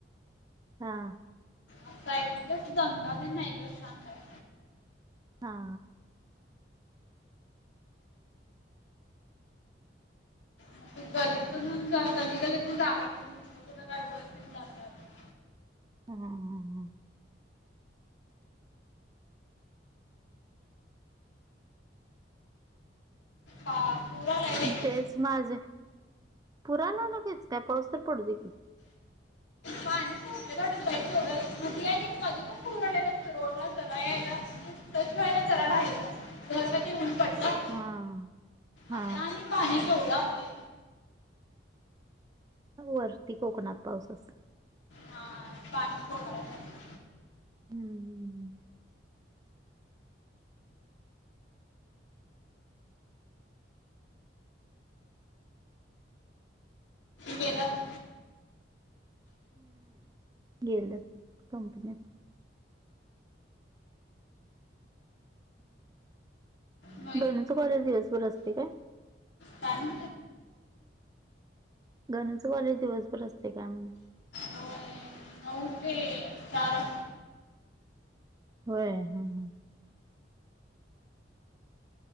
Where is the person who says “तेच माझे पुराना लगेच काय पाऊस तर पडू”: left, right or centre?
Right